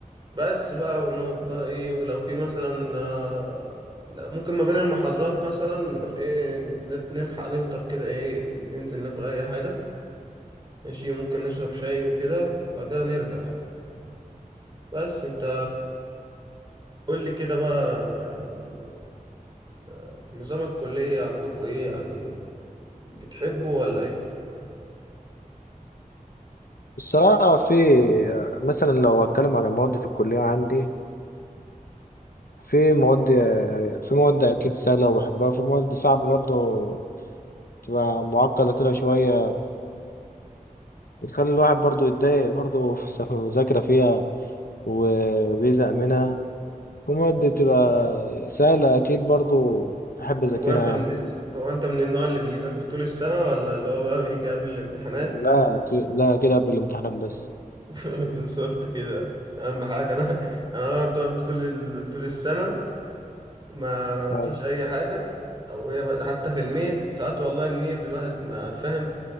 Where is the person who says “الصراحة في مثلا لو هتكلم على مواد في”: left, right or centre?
Left